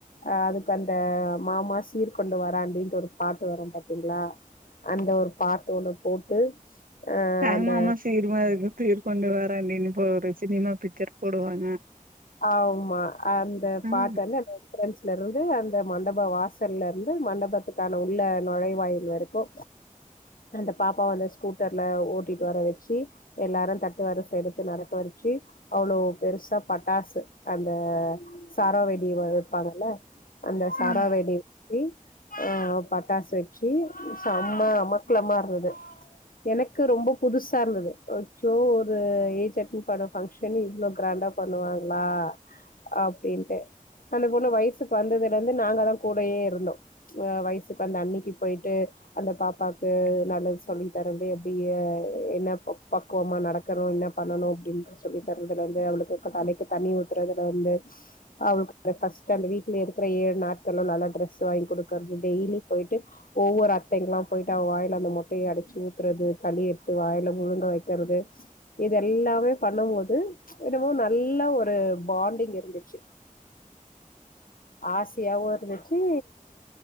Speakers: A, on the left; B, on the right.
A: அ அதுக்கு அந்த மாமா சீர் கொண்டு வரான்டின்ட்டு ஒரு பாட்டு வரு பாத்தீங்களா அந்த ஒரு பாட்டு ஒன்னு போட்டு அ
B: தாய்மாமா
A: அந்த
B: சீருமா சீர் கொண்டு வராண்டின்னு போ ஒரு சினிமா பிச்சர் போடுவாங்க
A: ஆமா அந்த
B: ம்
A: பாட்டு வந்து அந்த என்ட்ரன்ஸ் ல இருந்து அந்த மண்டப வாசல்ல இருந்து மண்டபத்துக்கான உள்ள நுழைவாயில் வரைக்கு அந்த பாப்பாவ அந்த ஸ்கூட்டர்ல ஓட்டிட்டு வர வச்சு எல்லாரு தட்டு வரிச எடுத்து நடக்க வெச்சு அவ்ளோ பெருசா ப ட்டாசு அந்த சரவெடி இருப்பாங்கல்ல அந்த சரவெடி
B: ம்
A: இ ஆ பட்டாசு வெச்சு செம்ம அமக்கலமா இருந்தது எனக்கு ரொம்ப புதுசா இருந்தது அச்சோ ஒரு ஏஜ் அட்டன் பண்ண ஃபங்க்ஷன் இவ்ளோ கிராண்டா பண் ணுவாங்களா அப்டின்ட்டு அந்த பொண்ணு வயசுக்கு வந்ததுல இருந்து நாங்க தா கூடயே இருந்தோ ஆ வயசுக்கு அந்த அன்னிக்கி போய்ட்டு அந்த பாப்பாக்கு நல்லது சொல்லி தரது அப்டியூ என்ன ப குவமா நடக்கற என்ன பண்ணணு அப்டின்ற சொல்லி தரதுல இருந்து அவளுக்கு தலைக்கி தண்ணி ஊத்துறதுல இருந்து அவளுக்கு ஃபஸ்ட் அந்த வீட்ல இருக்கிற ஏழு நாட்கள நல்லா டிரெஸ் வாங்கி குடுக்கர்த டெய்லி போய்ட்டு ஒவ்வொரு அத்தைங்கல்லா போய்ட்டு அவ வாயில அந்த முட்டைய அடிச்சு ஊத்துறது களி எடுத்து வாயில முழுங்க வைக்கறது இது எல்லாமே பண்ண போது என்னமோ ந நல்லா ஒரு பாண்டிங் இருந்துச்சு ஆசயாவு இருந்துச்சு